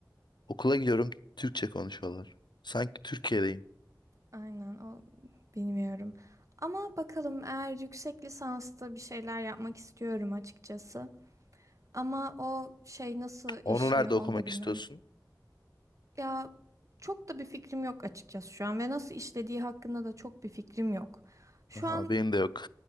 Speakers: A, on the left; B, on the right.
A: Okula gidiyorum Türkçe konuşuyorlar. Sanki Türkiye'deyim.
B: aynen o bilmiyorum. Ama bakalım eğer yüksek lisansta bir şeyler yapmak istiyorum açıkçası. Ama o şey nasıl işliyor
A: Onu nerede okumak
B: onu da bilmiyorum.
A: istiyorsun?
B: Ya çok da bir fikrim yok açıkçası şu an ve nasıl işlediği hakkında da çok bir fikrim yok. Şu
A: Aha,
B: an
A: benim de yok.